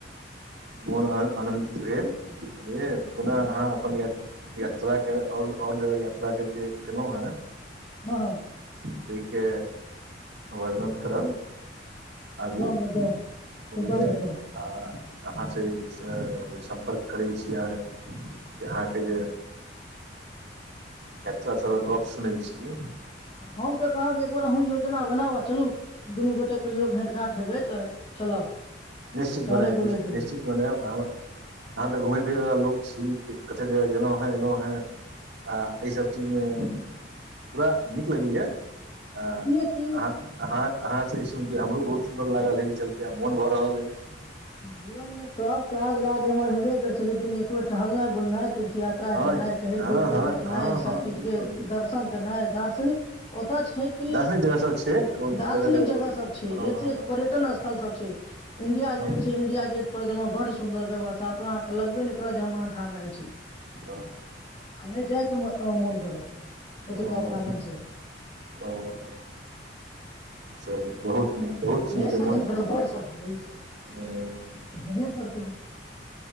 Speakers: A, on the right; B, on the left.
A: मोनन आनन्दित भेलन रे पुदा हाब हमरा यात्रा के ओर- ओर जगह यात्रा के जे केलहुँएं
B: हँ-हँ
A: तै के वर्णन करब।
B: एकदम
A: आगू
B: एकदम
A: बुझलिऐ
B: एकदम एकदम
A: आ अहाँ से जे स-सम्पर्क करै छी आ- अहाँ के जे एत्त स ज गप सुनै छी
B: हम तऽ कहब जे एक बेर अहूं जे जना बनाउ आ चलू, दुनू गोटे कहियो भेंट-घांट हेबै तऽ चलब।
A: निश्चित-निश्-निश्चित
B: टहलै बुलैके लेल
A: बनेब आ हमरा अहाँ क घुमै फिरै बला लोक छी कते जगह गेलोंहें- एलोंहें। आ अइ सब चीज में पूरा नीक लगैये? आ
B: हँ की
A: अहाँ-अहाँ-अहाँ स ई सुन ई हमरो बहुत सुन्दर लागलहे, ई सबजे मन भऽ रहल ऐ। <unintelligible>
B: जीवन मे सब काज- राज एमहर होइ बे करै छै लेकिन एक बेर टहलनाय- बुलनाय तीर्थ यात्रा
A: हँ
B: केनय टहैल
A: हँ
B: बुल्क के
A: हँ
B: देखनाइस
A: हँ हँ
B: सब चीज
A: बिल्कुल
B: के
A: बिल्कुल
B: दर्शन केनाय दार्शनिक ओत छै कि
A: दार्शनिक जगह सब छै ओ जगह
B: दार्शनिक जगह
A: पर।
B: सब छै
A: हँ
B: एक
A: हँ
B: से एक पर्यटन स्थल सब छ इंडिया
A: हँ
B: गेट इंडिया गेट पर गेलौं बड सुन्दर व्यवस्था ओत अहाँके लगबे ने करत जे हम आनठाम एल छी
A: हँ, हँ,
B: आ ने जाय के मो- ओ- मोन करत ओतुका
A: ओ
B: प्रांगण से।
A: ओ चलू बहुत
B: जखन
A: नी, बहुत सुइन
B: देशक
A: के मोन
B: धरोहर सब भेलै ई सब
A: अ,
B: हेबे करतै।